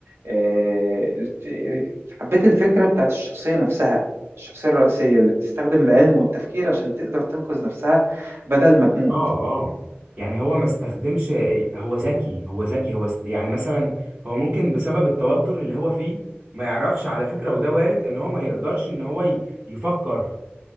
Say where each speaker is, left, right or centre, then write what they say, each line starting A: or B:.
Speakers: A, on the right (about 75°); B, on the right (about 40°).
A: آه، الف- حبيت الفكرة بتاعت الشخصية نفسها الشخصية الرئيسية اللي بتستخدم العلم والتفكير عشان تقدر تنقذ نفسها بدل ما تموت
B: اه اه يعني هو ما استخدمش هو ذكي هو ذكي هو س- يعني مثلا هو ممكن بسبب التوتر اللي هو فيه ما يعرفش على فكرة وده وارد ان هو ما يقدرش ان هو ي- يفكر